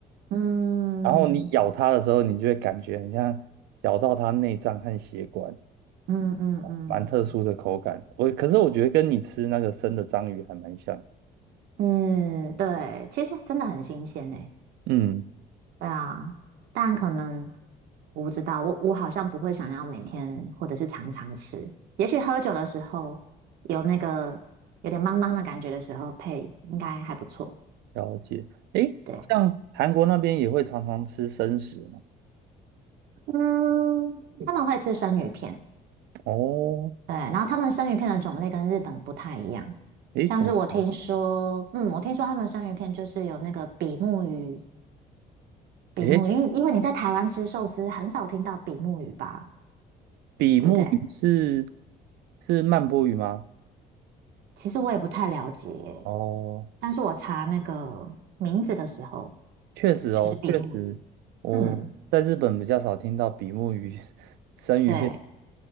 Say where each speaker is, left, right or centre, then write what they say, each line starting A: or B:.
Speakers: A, on the right (about 70°); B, on the right (about 85°).
A: 嗯，
B: 然后你咬它的时候，你就会感觉很像咬到它内脏和血管，
A: 嗯嗯嗯。
B: 蛮特殊的口感。我可是我觉得跟你吃那个生的章鱼还蛮像。
A: 嗯，对，其实真的很新鲜诶。
B: 嗯，
A: 对啊，但可能我不知道，我我好像不会想要每天或者是常常吃。也许喝酒的时候有那个有点茫茫的感觉的时候配，应该还不错。
B: 了解。诶，
A: 对，
B: 像韩国那边也会常常吃生食吗？
A: 嗯，他们会吃生鱼片，
B: 哦，
A: 对，然后他们生鱼片的种类跟日本不太一样。
B: 诶，
A: 像是我听说，
B: 怎么说？
A: 嗯，我听说他们生鱼片就是有那个比目鱼，比目鱼，
B: 诶，
A: 因因为你在台湾吃寿司很少听到比目鱼吧？
B: 比目鱼是
A: 对不对？
B: 是曼波鱼吗？
A: 其实我也不太了解，
B: 哦，
A: 但是我查那个名字的时候，
B: 确实哦，
A: 就是比目鱼。
B: 确实，我在日本比较少听到比目鱼
A: 嗯，
B: <laughs> 生鱼片。
A: 对，